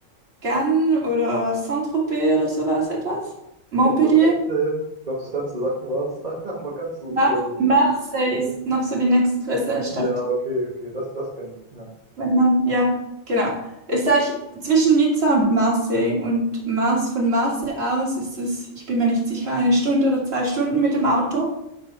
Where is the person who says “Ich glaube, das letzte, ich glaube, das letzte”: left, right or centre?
Right